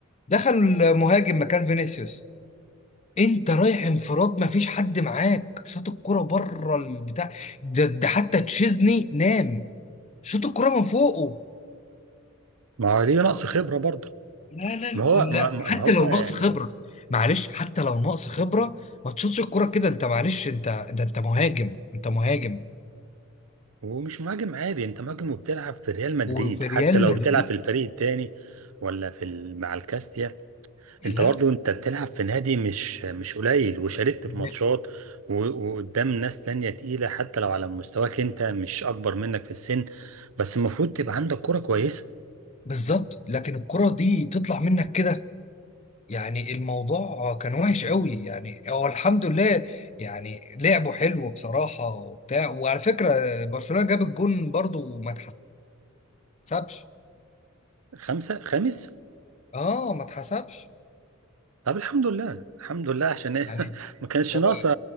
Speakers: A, on the left; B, on the right.
A: دخل المهاجم مكان فينيسيوس انت رايح انفراد مفيش حد معاك شاط الكرة بره البتاع ده, ده حتى تشيزني نام شاط الكرة من فوقه
B: ما هو دي نقص خبرة برضه
A: لا لا لا
B: ما هو ما
A: لا،
B: ما-
A: حتى
B: ما هو
A: لو
B: يعني
A: ناقص خبرة معلش حتى لو ناقص خبرة ما تشوطش الكرة كده انت معلش انت ده انت مهاجم انت مهاجم
B: هو مش مهاجم عادي انت مهاجم وبتلعب في ريال مدريد
A: وفي
B: حتى
A: ريال
B: لو
A: مدريد
B: بتلعب في الفريق التاني ولا في ال... مع الكاستيا
A: لا
B: انت برضه انت بتلعب في نادي مش مش قليل وشاركت في ماتشات
A: ب-
B: و... وقدام ناس تانية تقيلة حتى لو على مستواك انت مش اكبر منك في السن بس المفروض تبقى عندك كرة كويسة
A: بالظبط لكن الكرة دي تطلع منك كده يعني الموضوع كان وحش قوي يعني هو الحمد لله يعني لعبه حلو بصراحة وبتاع وعلى فكرة برشلونة جاب الجون برضو ما اتحسبش
B: خمسة خامس
A: اه ما اتحسبش
B: طب الحمد لله الحمد لله عشان ايه
A: يعني
B: <laughs> ما كانش
A: هو
B: ناقصه